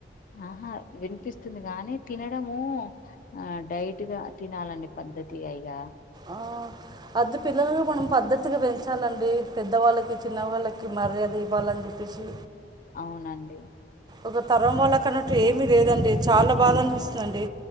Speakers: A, on the left; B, on the right.
A: ఆహా వినిపిస్తుంది కానీ తినడము ఆ డైట్గా తినాలండి పద్ధతిగా ఇగా.
B: ఆ అద్ పిల్లలను మనం పద్దతి తిగా పెంచాలండి. పెద్దవాళ్ళకి, చిన్న వాళ్ళకి మర్యాద ఇవ్వాలని చెప్పేశి.
A: అవునండి.
B: ఒక తరం వాళ్ళకన్నట్టు ఏమీ లేదండి, చాలా బాధ అనిపిస్తుందండి.